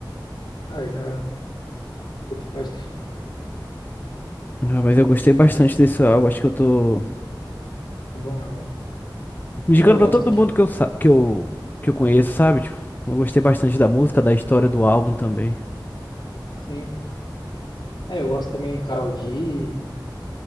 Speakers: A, on the left; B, on the left.
A: Ah, eu já escuto faz tempo.
B: Ah, Mas eu gostei bastante desse álbum, acho que eu tô
A: É bom, é bom.
B: Indicando
A: É, eu
B: pra
A: gosto
B: todo
A: de...
B: mundo que eu, sa- que eu, que eu conheço, sabe? Tipo, eu gostei bastante da música, da história do álbum também.
A: Sim. É, eu gosto também de Karol G.